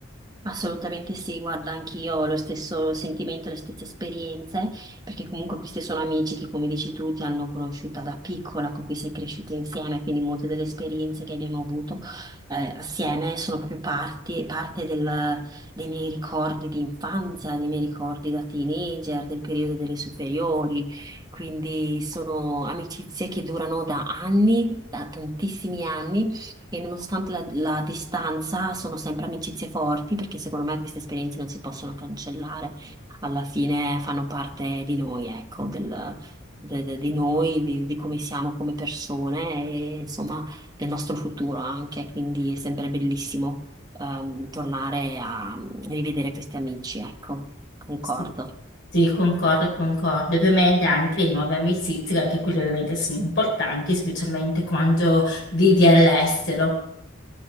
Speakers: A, on the right (about 20°); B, on the left (about 65°).
A: Assolutamente sì, guarda, anch'io ho lo stesso sentimento, le stesse esperienze, perché comunque questi sono amici che, come dici tu, ti hanno conosciuta da piccola, con cui sei cresciuta insieme, quindi molte delle esperienze che abbiamo avuto eh, assieme sono proprio parti- parte del- dei miei ricordi di infanzia, dei miei ricordi da teenager, del periodo delle superiori, quindi sono amicizie che durano da anni, da tantissimi anni e nonostante la, la distanza, sono sempre amicizie forti perché secondo me queste esperienze non si possono cancellare. Alla fine fanno parte di noi, ecco, del- de- de- di noi, di, di come siamo come persone e insomma del nostro futuro anche. Quindi è sempre bellissimo, ehm, tornare a rivedere questi amici, ecco, concordo.
B: Sì, Sì, concordo, concordo. Ovviamente anche le nuove amicizie, anche quelle ovviamente sono importanti, specialmente quando vivi all'estero.